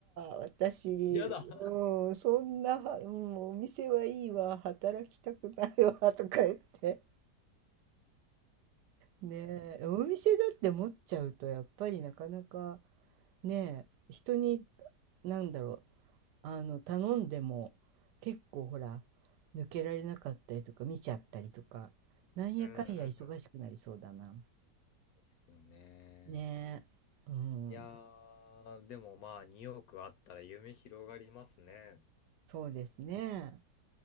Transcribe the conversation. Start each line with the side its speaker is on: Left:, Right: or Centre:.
Right: 私、
Left: やだ。
Right: うん、そんな、うん、お店はいいわ、働きたくないわ、とか言って。ねえ、お店だって持っちゃうと、やっぱりなかなか、ねえ、人に、なんだろう、あの、頼んでも、結構ほら、抜けられなかったりとか、見ちゃったりとか、なんやかんや忙しくなりそうだな。
Left: うんうん。ですよね。
Right: ねえ、うん。
Left: いやー、でもまあ2億あったら夢広がりますね。
Right: そうですね。